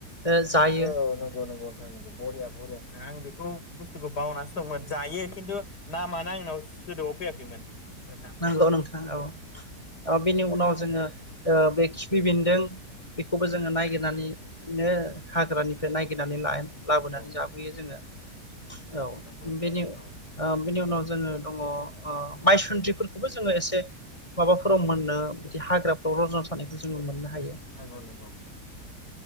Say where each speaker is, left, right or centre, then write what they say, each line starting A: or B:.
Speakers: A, on the left (about 20°); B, on the left (about 70°).
A: ओ जायो
B: औ नंगौ नंगौ नोंथां नंगौ बरिया बरिया नोंथां आं बेखौ बुस्थुखौ बावनानैसो दंमोन जायो खिन्थु नामानो आंनाव सोदोबआव फैयाखैमोन नोंथां
A: नोंगौ नोंथां औ बेनि उनाव जोङो बे खिफि बेन्दों बेखौबो जोङो नागिरनानैनो हाग्रानिफ्राय नागिरनानै ला लाबोनानै
B: औ
A: जाफैयो जोङो औ
B: नंगौ नोंथां
A: बेनि ओ
B: औ
A: बेनि उनाव जों दङ ओ मायसुन्द्रि बेफोरखौबो जोङो एसे माबाफोराव मोनो बिदि हाग्राफोराव रजन थानायखौ जोङो मोननो हायो
B: नंगौ नंगौ नोंथां औ